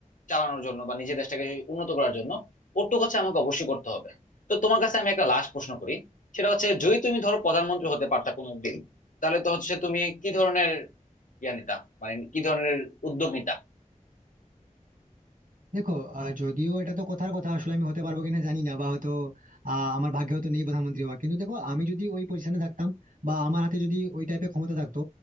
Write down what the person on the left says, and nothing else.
চালানোর জন্য বা নিজের দেশটাকে উন্নত করার জন্য ওটুকু হচ্ছে আমাকে অবশ্যই করতে হবে তো তোমার কাছে আমি একটা লাস্ট প্রশ্ন করি সেটা হচ্ছে যদি তুমি ধরো প্রধানমন্ত্রী হতে পারতা কোনো দিন তাহলে তো হচ্ছে তুমি কি ধরনের ইয়া নিতা মানে কি ধরনের উদ্যোগ নিতা